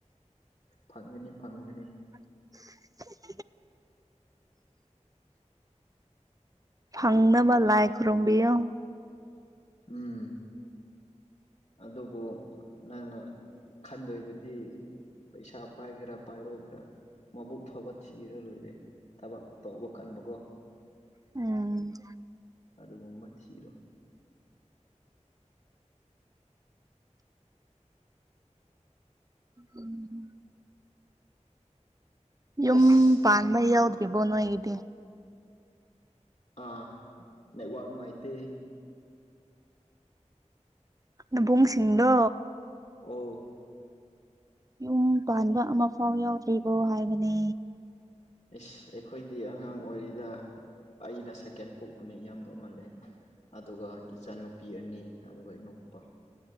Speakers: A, on the left (about 55°); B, on the right (about 30°).
A: ꯐꯪꯒꯅꯤ ꯐꯪꯒꯅꯤ
B: <inaudible> ꯐꯪꯅꯕ ꯂꯥꯏ ꯈꯨꯔꯣꯝꯕꯤꯌꯣ
A: ꯎꯝ ꯑꯗꯨꯕꯨ ꯅꯪꯅ ꯈꯟꯗꯣꯏꯕꯗꯤ ꯄꯩꯁꯥ ꯄꯥꯏꯒꯦꯔꯥ ꯄꯥꯏꯔꯣꯏꯗ꯭ꯔꯥ ꯃꯕꯨꯛ ꯐꯕ ꯊꯤꯔ ꯂꯣꯏꯔꯦ ꯊꯕꯛ ꯇꯧꯕ ꯀꯟꯕꯀꯣ
B: ꯎꯝ
A: ꯑꯗꯨꯒꯨꯝꯕ ꯊꯤꯔꯣ
B: ꯎꯝ ꯌꯨꯝ
A: ꯑꯁ
B: ꯄꯥꯟꯕ ꯌꯥꯎꯗ꯭ꯔꯤꯕꯣ ꯅꯣꯏꯒꯤꯗꯤ
A: ꯑꯥ ꯅ ꯋꯥꯥꯛ ꯅꯨꯡꯉꯥꯏꯇ
B: ꯅꯕꯨꯡꯁꯤꯡꯗꯣ
A: ꯑꯣ
B: ꯌꯨꯝ ꯄꯥꯟꯕ ꯑꯃ ꯐꯥꯎ ꯌꯥꯎꯗ꯭ꯔꯤꯕꯣ ꯍꯥꯏꯕꯅꯦ
A: ꯏꯁ ꯑꯩꯈꯣꯏꯗꯤ ꯑꯉꯥꯡ ꯑꯣꯏꯔꯤꯔ ꯑꯩꯅ ꯁꯦꯀꯦꯟ ꯄꯣꯛꯄꯅ ꯏꯌꯥꯝꯕ ꯑꯃ ꯂꯩ ꯑꯗꯨꯒ ꯏꯆꯥꯟꯅꯨꯄꯤ ꯑꯅꯤ ꯑꯗꯨꯒ ꯏꯅꯥꯎꯄꯥ